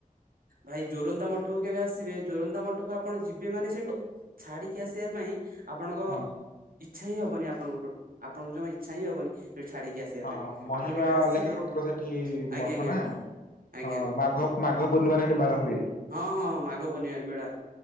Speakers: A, on the right (about 80°); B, on the left (about 80°).
A: ଭାଇ ଜୋରନ୍ଦା ମଠକୁ କେବେ ଆସିବେ ଜୋରନ୍ଦା ମଠକୁ ଆପଣ ଯିବେ ମାନେ ସେଇଠୁ ଛାଡିକି ଆସିବା ପାଇଁ ଆପଣଙ୍କ
B: ହଁ।
A: ଇଚ୍ଛା ହିଁ ହବନି ଆପଣଙ୍କୁ ଆପଣଙ୍କୁ ଜମା ଇଚ୍ଛା ହିଁ ହବନି ସେଠି ଛାଡିକି। ଆସିବା
B: ହଁ
A: ପାଇଁ।
B: ମହିମା
A: ଆପଣ କେବେ ଆସିବେ
B: ଅଲେଖକଙ୍କର ସେଠି
A: ଆଜ୍ଞା
B: ମଠ
A: ଆଜ୍ଞା
B: ନା।
A: ଆଜ୍ଞା।
B: ହଁ ମାଘ ମାଘ ପୂର୍ଣ୍ଣିମାରେ ଏଠି ମେଳା ହୁଏ।
A: ହଁ ହଁ ମାଘ ପୂର୍ଣ୍ଣିମା ମେଳା।